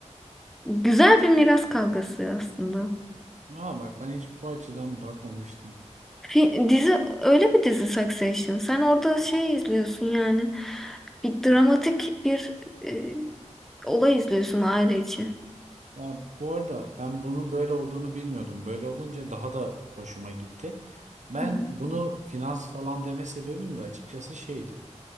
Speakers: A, in the centre; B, on the right.
A: Güzel bir miras kavgası aslında.
B: Aa bak ben hiç bu açıdan bakmamıştım.
A: Fi- dizi öyle bir dizi Succession. Sen orada şey izliyorsun yani bir dramatik bir e, olay izliyorsun aile için.
B: Ya bu arada ben bunun böyle olduğunu bilmiyordum. Böyle olunca daha da hoşuma gitti. Ben
A: Hı hı.
B: bunu finans falan deme sebebim de açıkçası şeydi.